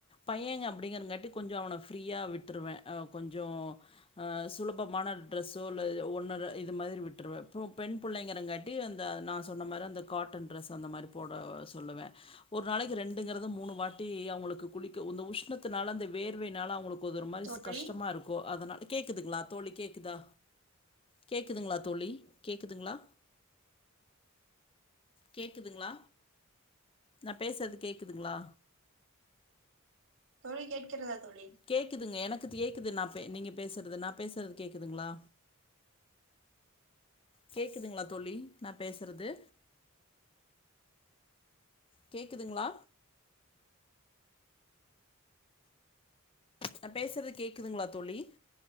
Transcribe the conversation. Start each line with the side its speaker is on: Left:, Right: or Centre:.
Left: பையங்க அப்டீங்கறங்காட்டி கொஞ்சோ அவன ஃப்ரீயா விட்டுருவ அ கொஞ்சோ அ சுலபமான டிரெஸோ இல்லது ஒன்ன ரெ இது மாதிரி விட்டுருவ அப்ரோ பெண் புள்ளைங்கறங்காட்டி இது அந்த நா சொன்ன மாரி அந்த காட்டன் டிரெஸ் அந்த மாரி போட சொல்லுவே ஒரு நாளைக்கு ரெண்டுங்கிறது மூணு வாட்டி அவுங்குளுக்கு குளிக்க இந்த உஷ்ணத்துனால வேர்வைனால அவுங்குளுக்கு இது ஒரு
Right: தோழி
Left: கஷ்டமா இருக்கோ அதனால கேக்குதுங்களா தோழி கேக்குதா கேக்குதுங்களா தோழி கேக்குதுங்களா கேக்குதுங்களா நா பேசறது கேக்குதுங்களா
Right: தோழி கேட்கிறதா தோழி
Left: கேக்குதுங்க எனக் கு கேக்குது நா நீங்க பேசுறது நா பேசுறது கேக்குதுங்களா கேக்குதுங்களா தோழி நா பேசுறது கேக்குதுங்களா நா பேசுறது கேக்குதுங்களா தோழி